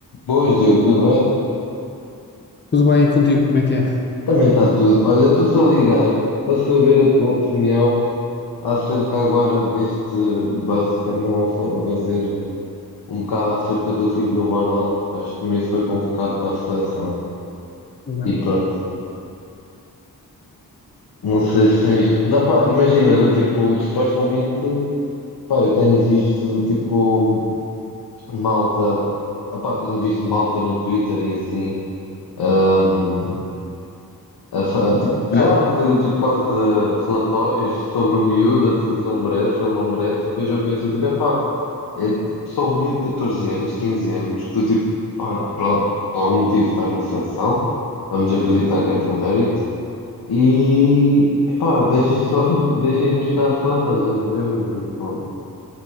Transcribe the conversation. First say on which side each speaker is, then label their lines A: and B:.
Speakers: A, on the left; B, on the left.
A: Boas, Diogo, tudo bem?
B: Tudo bem contigo? Como é que é?
A: Também está tudo. Olha, estou-te a ligar para saber a tua opinião acerca agora deste buzz que andam a fa- a fazer um bocado acerca do filho do Ronaldo, porque acho que o miúdo foi convocado para a seleção.
B: Olá.
A: E pronto, não sei se tens. Não, pá, imagina, do tipo, supostamente, pá, eu tenho visto do tipo malta, opá, tenho visto malta no Twitter e assim. hum, a fa- tipo,
B: Cara,
A: já a fazer tipo, quase eh, relatórios sobre o miúdo, a dizer se ele merece, se ele não merece, e depois eu penso, tipo, epá, é tipo, só um miúdo de 14 anos, 15 anos, que tu, tipo, pá, por, por algum motivo está na seleção, vamos acreditar que é por mérito, e, epá, deixem só, <laughs> deixem-nos estar só, estás a ver, tipo...